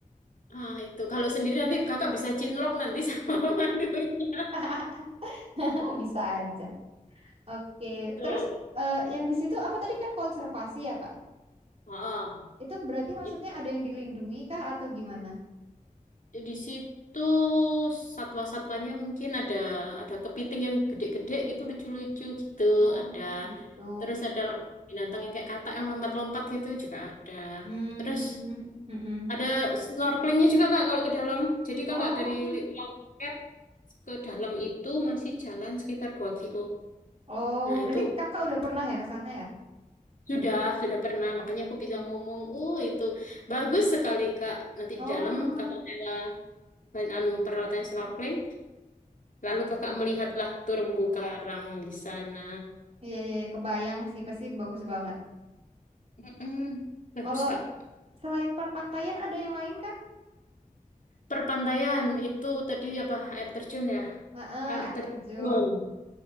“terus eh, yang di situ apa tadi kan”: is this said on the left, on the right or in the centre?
Right